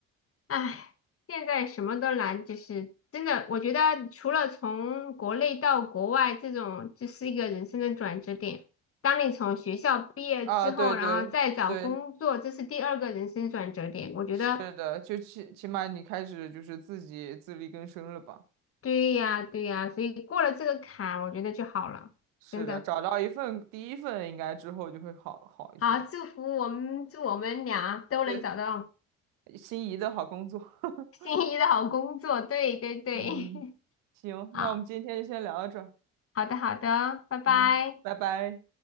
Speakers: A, on the left (about 45°); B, on the right (about 80°).
A: 唉，现在什么都难，就是真的，我觉得除了从国内到国外这种，就是一个人生的转折点。当你从学校毕业之后，
B: 啊，对对对，
A: 然后再找工作，这是第二个人生转折点。我觉得
B: 是的，就起起码你开始就是自己自力更生了吧？
A: 对呀，对呀，所以过了这个坎，我觉得就好了，
B: 是的，
A: 真的。
B: 找到一份第一份，应该之后就会好好一些。
A: 好，祝福我们，祝我们俩都能找到
B: 对。心仪的好工作。<laughs>
A: 心仪的好工作。对对对，
B: 嗯行，
A: <laughs> 好，
B: 那我们今天就先聊到这儿
A: 好的好的，拜拜。
B: 嗯。拜拜。